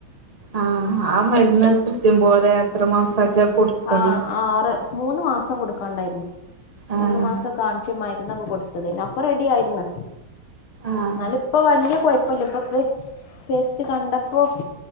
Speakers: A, on the right (about 25°); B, on the left (about 80°).
A: ആഹ് ആ മരുന്ന് കൃത്യം പോലെ എത്ര മാസാച്ചാ കൊടുത്തള്.
B: ആ ആറ് മൂന്ന് മാസം കൊടുക്കാണ്ടായിരുന്നു
A: ആഹ്
B: മൂന്ന് മാസം കാണിച്ച മരു ന്നൊക്കെ കൊടുത്തത് അപ്പൊ റെഡി ആയിരുന്നു.
A: ആഹ്
B: എന്നാല് ഇപ്പം വലിയ കുഴപ്പില്ല ഇപ്പൊ ത് പേസ്റ്റ് കണ്ടപ്പോ